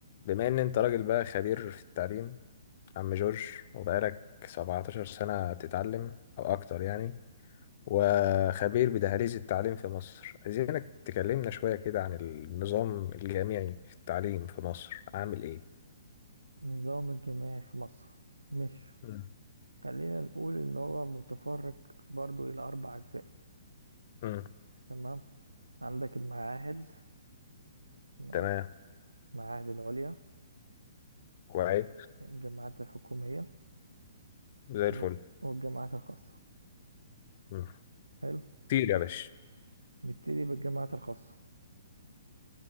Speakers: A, on the left; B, on the right.
A: بما ان انت راجل بقى خبير في التعليم عم جورج وبقالك 17 سنة بتتعلم او اكتر يعني وخبير بدهاليز التعليم في مصر عايزينك تكلمنا شوية كده عن النظام الجامعي في التعليم في مصر عامل ايه
B: النظام الجماعي في مصر مش
A: مم.
B: خلينا نقول ان هو متفرق برضو الى اربع اجزاء
A: امم
B: تمام عندك المعاهد تمام
A: تمام
B: المعاهد العليا
A: كويس
B: الجامعات الحكومية
A: زي الفل
B: و- والجامعات الخاصة
A: مم.
B: حلو
A: طير يا باشا
B: نبتدي بالجامعات الخاصة